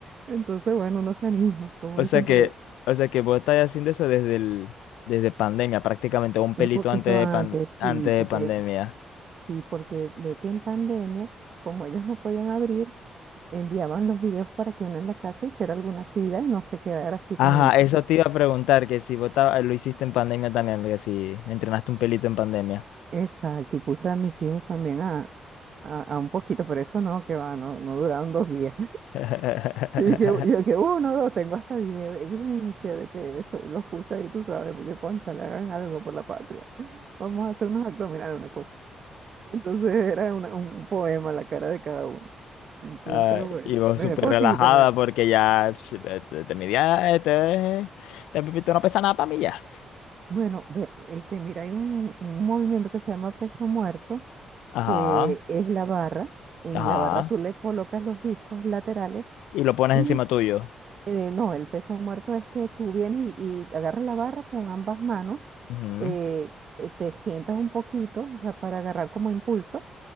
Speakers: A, on the right (about 55°); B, on the left (about 75°).
A: Entonces, bueno, uno se anima, como
B: O
A: dicen
B: sea que,
A: por ahí.
B: o sea que vos estás haciendo eso desde el, desde pandemia, prácticamente un pelito
A: Un poquito
B: antes
A: antes,
B: de pan-
A: sí,
B: antes de
A: porque
B: pandemia.
A: sí, porque ve que en pandemia, como ellos no podían abrir, enviaban los videos para que uno en la casa hiciera alguna actividad y no se quedara así
B: Ajá,
A: tan, tú
B: eso
A: sabes.
B: te iba a preguntar, que si vos ta- lo hiciste en pandemia también, porque si entrenaste un pelito en pandemia.
A: Exacto, y puse a mis hijos también a, a, a un poquito, pero eso no, que va, no, no duraron dos días.
B: <laughs>
A: Y que, yo que uno, dos, tengo hasta video, evidencia de que eso los puse ahí, tú sabes, pues yo, concha, le hagan algo por la patria. Vamos a hacer unos abdominales, una cosa. Entonces era una- un poema la cara de cada uno. Entonces,
B: Ah,
A: bueno,
B: y vos
A: me
B: súper
A: dio cosita.
B: relajada
A: me-
B: porque ya pss, eh, te, te midía, eh, te, te pipito no pesa nada para mí ya.
A: Bueno, ve, este, mira, hay un, un movimiento que se llama peso muerto,
B: Ajá,
A: que es la barra. En
B: ajá.
A: la barra tú le colocas los discos laterales
B: Y lo pones
A: y
B: encima tuyo.
A: Eh, no, el peso muerto es que tú vienes y, y agarras la barra con ambas manos,
B: Ujú.
A: eh, eh, te sientas un poquito, o sea, para agarrar como impulso,